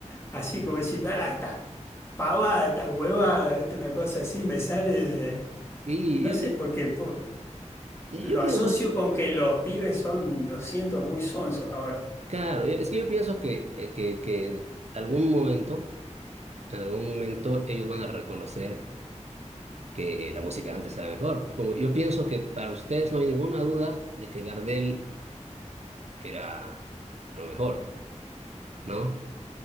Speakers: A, on the left; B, on the right.
A: Así como decir, ah, estas pavadas, estas huevadas, ¿viste? Una cosa así me sale, de-
B: Y
A: no
B: yo,
A: sé,
B: pi-
A: porque por-
B: y
A: lo
B: yo pienso.
A: asocio con que los pibes son, lo siento, muy sonsos ahora.
B: Claro, yo- es que yo pienso que, eh, que, que algún momento, en algún momento ellos van a reconocer que la música de antes era mejor. Como yo pienso que para ustedes no hay ninguna duda de que Gardel era lo mejor, ¿no?